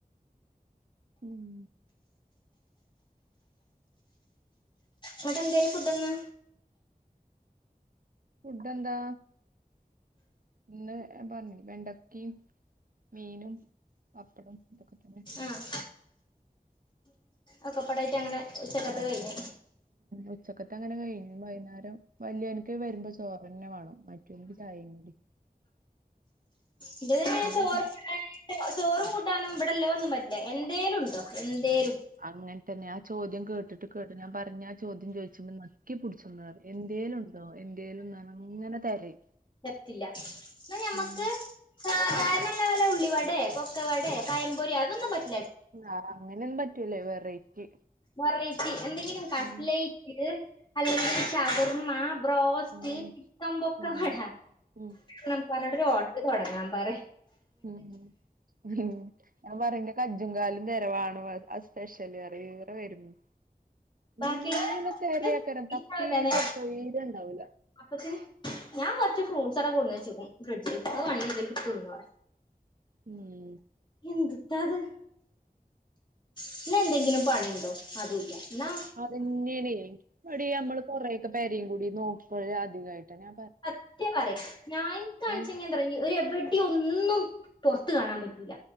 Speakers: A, on the right; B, on the left.
A: ഉം
B: വിടെ എന്തെന്നും ഫുഡ് ഇന്ന്
A: ഫുഡ്‌ എന്താ ഇന്ന് ഞൻ പറഞ്ലെ വെണ്ടക്കും മീനും പപ്പടും ഇതൊക്കെ തന്നെ
B: ആഹ് ഒക്കപ്പടായിട്ട് അങ്ങനെ ഉച്ചക്കത്തെ കഴിഞ്
A: ഉച്ചക്കത്തെ അങ്ങനെ കഴിഞ്ഞ് വൈന്നേരം വല്യോൻക് വരുമ്പോ ചോറ്ന്ന വാണം മറ്റോന്ക് ചായേം കടിം
B: ഇന്റെ തന്നെ ചോറ്
A: വരു
B: ചോറും കൂട്ടാനും ഇബ്ടെല്ലോ ഒന്നും പറ്റില്ല എന്തേലും ഉണ്ടോ എന്തേലും
A: അങ്ങൻ തന്നെ ആ ചോദ്യം കേട്ടിട്ട് കേട്ട് ഞാൻ പറയും ആ ചോദ്യം ചോദിചുമ്പോ നെക്കിപിടിച്ചും ന്നറിയും എന്ത്യലുണ്ടോ എന്ത്യലും ന്ന്പറഞ് അങ്ങനെ തെരയും
B: ത്തില്ല എന്നാ ഞമ്മക്ക്
A: ഉം
B: സാധാരണള്ളെ വല്ല ഉള്ളിവട പൊക്കവട പഴംമ്പൊരിയാ അതൊന്നും പറ്റ
A: അങ്ങനെ ഒന്നും പറ്റൂല്ലേ വെറൈറ്റി
B: വെററ്റി എന്തെങ്കിലും
A: ഉം
B: ക്ടലൈറ്റ് അല്ലെങ്കിൽ ശവർമ്മ ബ്രോസ്റ്റ്
A: ഉം
B: ചിക്കൻ പെക്കവട
A: ഉം ഉം
B: ഞാൻ പറഞ് ഉപ്പാനോട് ഒരു ഹോട്ടൽ തോടങ്ങാൻ പറി
A: ഹ്മ്മ് ഞാൻ പറയും ന്റെ കജ്ജും ങ്കാലും തരവാണോ സ്പെഷ്യല് അറിയും ഈറ വരുംബോ
B: ബാക്കിയുള്ളവരെ
A: ഇങ്ങനെ തരേ അക്കാരം തപ്പീറ്റൊരു തൊഴിര്യം ഇണ്ടാവൂല
B: അപ്പത്തിന് ഞാൻ കോറച്ച് ഫ്രൂട്ട്സ്. ആട കൊടുന്നച്ചക്കും ഫ്രിഡ്ജിൽ അത് വാണെങ്കിൽ എന്തേലും തിന്നാ
A: മ്മ്
B: എന്ത്ത്താത് എന്നാ എന്തെങ്കിലും പണി ഉണ്ടോ അതുല്ല എന്നാ
A: അതന്നെ ണയ് എടി നമ്മള് കൊറെ യൊക്കെ പരയും കൂടിയും നോക്ക അധികായിട്ട ഞാ
B: സത്യ പറയാ ഞാൻ ക്കാണിച്ച
A: ഏയ്
B: ന്താറിയോ ഒരു എവിടെ ഒന്നും പോറത്ത് കാണാൻ പറ്റൂല